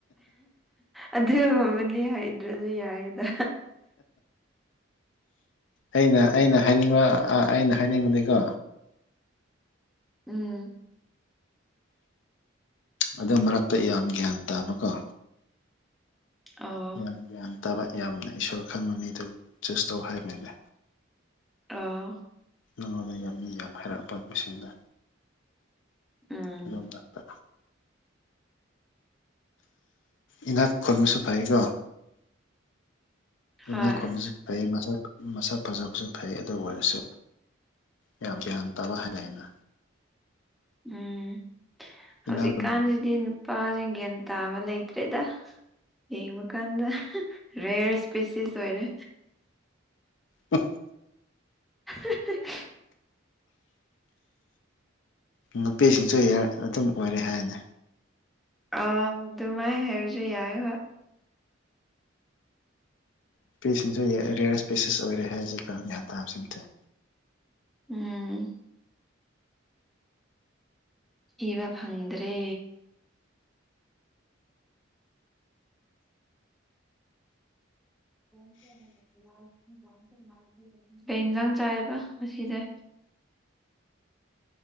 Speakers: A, in the centre; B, on the left.
A: ꯑꯗꯨꯒꯕꯗꯤ ꯍꯩꯗ꯭ꯔꯁꯨ ꯌꯥꯏꯗ
B: ꯑꯩꯅ ꯑꯩꯅ ꯍꯥꯏꯅꯤꯡꯕ ꯑꯩꯅ ꯍꯥꯏꯅꯤꯡꯕꯗꯤꯀꯣ
A: ꯎꯝ
B: ꯑꯗꯨ ꯃꯔꯛꯇ ꯌꯥꯝ ꯒ꯭ꯌꯥꯟ ꯇꯥꯕꯀꯣ
A: ꯑꯣ
B: ꯌꯥꯝ ꯒ꯭ꯌꯥꯟ ꯇꯥꯕ ꯌꯥꯝꯅ ꯏꯁꯣꯔ ꯈꯪꯕ ꯃꯤꯗꯨ ꯆꯨꯁ ꯇꯧ ꯍꯥꯏꯕꯅꯤꯅꯦ
A: ꯑꯥ
B: ꯅꯉꯣꯟꯗ ꯌꯥꯝ ꯃꯤ ꯌꯥꯝ ꯍꯥꯏꯔꯛꯄ ꯃꯁꯤꯡꯗ
A: ꯎꯝ
B: ꯑꯗꯨ ꯃꯔꯛꯇ ꯏꯅꯥꯛ ꯈꯨꯣꯟꯕꯁꯨ ꯐꯩꯀꯣ
A: ꯍꯣꯏ
B: ꯏꯅꯥꯛ ꯈꯨꯟꯕꯁꯨ ꯐꯩ ꯃꯁꯛ ꯃꯁꯛ ꯐꯖꯕꯁꯨ ꯐꯩ ꯑꯗꯨ ꯑꯣꯏꯔꯁꯨ ꯌꯥꯝꯌꯥ ꯇ ꯍꯥꯏ ꯂꯩꯥꯏꯅ
A: ꯎꯝ ꯍꯧꯖꯤꯛꯀꯥꯟꯁꯤꯗꯤ
B: ꯏꯅꯥꯛ ꯈꯨꯟ
A: ꯅꯨꯄꯥꯁꯤꯡꯒꯟ ꯇꯥꯕ ꯂꯩꯇ꯭ꯔꯦꯗ ꯌꯦꯡꯕ ꯀꯥꯟꯗ ꯔꯦꯌꯔ ꯏꯁꯄꯤꯁꯤꯁ ꯑꯣꯏꯔꯦ
B: ꯍ
A: <unintelligible>
B: ꯅꯨꯄꯤꯁꯤꯡꯁꯨ ꯑꯗꯨꯝ ꯑꯣꯏꯔꯦ ꯍꯥꯏꯅꯤ
A: ꯑ ꯑꯗꯨꯃꯥꯏ ꯍꯥꯏꯕꯁꯨ ꯌꯥꯏ ꯍꯣꯏ
B: ꯏꯁꯄꯤꯁꯤꯡꯁꯨ ꯔꯦꯌꯔ ꯏꯁ ꯄꯦꯁꯤꯁ ꯑꯣꯏꯔꯦ ꯍꯥꯏ ꯍꯧꯖꯤꯛꯀ ꯒ꯭ꯌꯥꯟꯥꯁꯤꯡꯁꯦ
A: ꯎꯝ ꯏꯕ ꯐꯪꯗ꯭ꯔꯦ <unintelligible> ꯀꯩ ꯏꯟꯁꯥꯡ ꯆꯥꯏꯕ ꯉꯁꯤꯁꯦ